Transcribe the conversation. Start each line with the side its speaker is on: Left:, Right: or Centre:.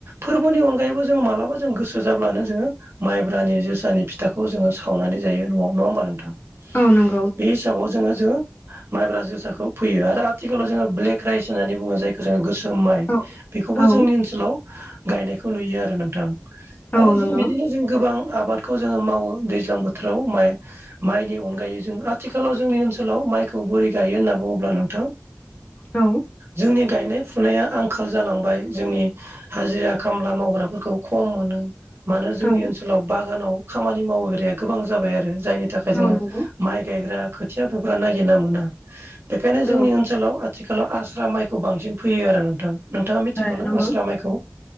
Right: फोरबोनि अनगायैबो जोङो मालाबा जों गोसो जाब्लानो जोङो माइब्रानि जोसानि फिथाखौ जोङो सावनानै जायो न'आव नङा होमबा नोंथां?
Left: औ नं
Right: बे हिसाबाव जोङो जों माइब्रा जोसाखौ फैयो आरो आथिखालाव जोङो ब्लेक राइस होननानै बुङो जाय जोङो गोसोम माइ
Left: औ
Right: बेखौबो
Left: औ
Right: जोंनि ओनसोलाव गायनायखौ नुयो आरो नोंथां
Left: औ
Right: आरो
Left: नंगौ
Right: जों बिदिनो जों गोबां आबाद खौ जोङो मावो दैज्लां बोथोराव माइ माइनि अनगायै जों आथिखालाव जोंनि ओनसोलाव माइ खौ बोरै गायो होनना बुङोब्ला नोंथां
Left: औ
Right: जोंनि गायनाय फुनाया आंखाल जालांबाय जोंनि हाजिरा खामला मावग्राफोरखौ खम मोनो मानो जोंनि
Left: औ
Right: ओनसोलाव बागानाव खामानि मावोग्राया गोबां जाबाय आरो जायनि थाखाय जोङो
Left: औ नंगौ
Right: माइ गायग्रा खोथिया फुग्रा नायगिरना मोना बेखायनो जोंनि
Left: औ
Right: ओनसोलाव आ थिखालाव आस्रा माइखौ बांसिन फैयो आरो नोंथां नोंथाङा मिथिगौ
Left: ओ
Right: ना
Left: नंगौ
Right: आस्रा माइखौ